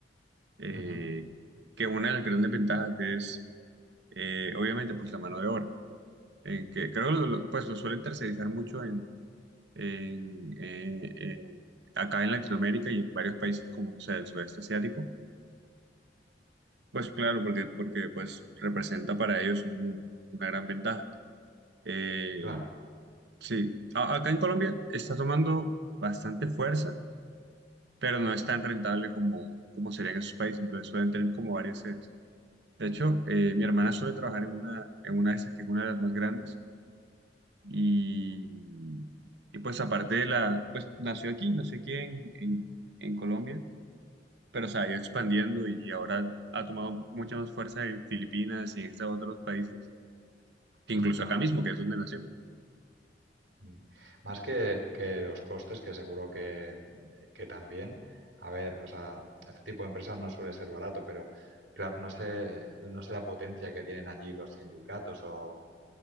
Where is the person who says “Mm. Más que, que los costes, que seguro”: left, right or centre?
Right